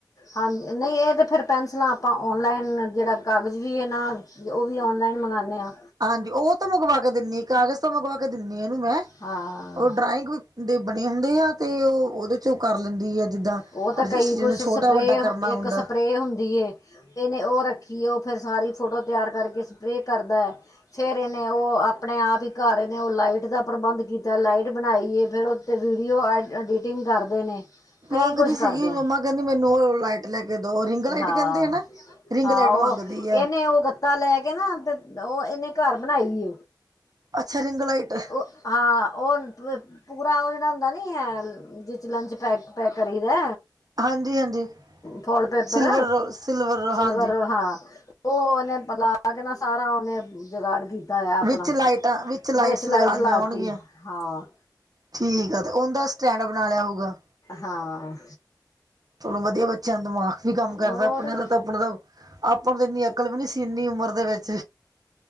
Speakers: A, on the left; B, on the right.
A: ਹਾਂਜੀ ਨਹੀਂ ਇਹ ਤਾਂ ਫਿਰ ਪੈਨਸਿਲਾਂ ਆਪਾਂ ਔਨਲਾਈਨ ਜਿਹੜਾ ਕਾਗਜ਼ ਵੀ ਇਹ ਨਾ। ਉਹ ਵੀ ਔਨਲਾਈਨ ਮੰਗਾਉਂਦੇ ਹਾਂ।
B: ਹਾਂਜੀ ਉਹ ਤਾਂ ਮੰਗਵਾ ਕੇ ਦਿੰਨੀ ਕਾਗਜ਼ ਤੋਂ ਮੰਗਵਾ ਕੇ ਦਿੰਦੀ ਇਹਨੂੰ ਮੈਂ
A: ਹਾਂ
B: ਉਹ ਡਰਾਇੰਗ। ਦੇ ਬਣੇ ਹੁੰਦੇ ਆ ਤੇ ਉਹ ਉਹਦੇ ਚੋਂ ਕਰ ਲੈਂਦੀ ਆ ਜਿੱਦਾਂ।
A: ਉਹ ਤਾਂ
B: ਅਡਜਸਟ
A: ਕਈ
B: ਜਿਨੂੰ
A: ਕੁਛ
B: ਛੋਟਾ
A: ਸਪਰੇ
B: ਵੱਡਾ ਕਰਨਾ
A: ਇੱਕ
B: ਹੁੰਦਾ
A: ਸਪਰੇ ਹੁੰਦੀ। ਇਹਨੇ ਉਹ ਰੱਖੀ ਏ ਉਹ ਫਿਰ ਸਾਰੀ ਫੋਟੋ ਤਿਆਰ ਕਰਕੇ ਸਪਰੇਅ ਕਰਦਾ ਹੈ। ਫਿਰ ਇਹਨੇ ਉਹ ਆਪਣੇ ਆਪ ਹੀ ਘਰ ਇਹਨੇ ਉਹ ਲਾਈਟ ਦਾ ਪ੍ਰਬੰਧ ਕੀਤਾ ਲਾਈਟ ਬਣਾਈਏ ਫਿਰ ਉਹ ਅਤੇ ਵੀਡੀਓ ਐਡ ਐਡੀਟਿੰਗ ਕਰਦੇ ਨੇ ਕਈ
B: ਮੰਗਦੀ
A: ਕੁਛ
B: ਸੀਗੀ
A: ਕਰਦਾ
B: ਮੰਮਾ ਕਹਿੰਦੀ ਮੈਨੂੰ ਉਹ ਲਾਈਟ ਲੈ ਕੇ ਦਓ ਰਿੰਗ ਲਾਈਟ
A: ਹਾਂ
B: ਕਹਿੰਦੇ ਆ ਨਾ ਰਿੰਗ
A: ਹਾਂ
B: ਲਾਈਟ
A: ਉਹ
B: ਮੰਗਦੀ ਆ
A: ਇਹਨੇ ਉਹ ਗੱਤਾ ਲੈ ਕੇ ਨਾ, ਤੇ ਉਹ ਇਹਨੇ ਘਰ ਬਣਾਈ
B: ਅੱਛਾ ਰਿੰਗ ਲਾਈਟ
A: ਉਹ ਹ ਓਨ ਪੂਰਾ ਉਹ ਜਿਹੜਾ ਹੁੰਦਾ ਨੀ ਹੈ ਜਿਸ ਲੰਚ ਪੈਕ ਪੈਕ ਕਰੀਦਾ।
B: ਹਾਂਜੀ ਹਾਂਜੀ
A: foil paper
B: silver roll silver roll ਹਾਂਜੀ
A: silver ਹਾਂ। ਉਹ ਉਹਨੇ ਪਲਾ ਕੇ ਨਾ ਸਾਰਾ ਉਹਨੇ ਜਗਾੜ ਵੀ ਕੀਤਾ। ਆਪਣਾ
B: ਵਿੱਚ ਲਾਈਟਾਂ ਲਾਈਟਸ
A: ਵਿੱਚ ਲਾਈਟ
B: ਲਗਾ ਲਈਆਂ
A: ਲਾਤੀ
B: ਹੋਣਗੀਆਂ
A: ਹਾਂ।
B: ਠੀਕ ਆ ਤੇ ਉਹਦਾ ਸਟੈਂਡ ਬਣਾ ਲਿਆ ਹੋਊਗਾ।
A: ਹਾਂ।
B: ਚਲੋ ਵਧੀਆ ਬੱਚਿਆਂ ਦਿਮਾਗ ਵੀ ਕੰਮ
A: ਹੋਰ
B: ਕਰਦਾ ਆਪਣੇ ਦਾ ਤਾਂ ਆਪਣਾ ਦਾ। ਆਪਾਂ ਨੂੰ ਤਾਂ ਇੰਨੀ ਅਕਲ ਵੀ ਨਹੀਂ ਸੀ ਇੰਨੀ ਉਮਰ ਦੇ ਵਿੱਚ।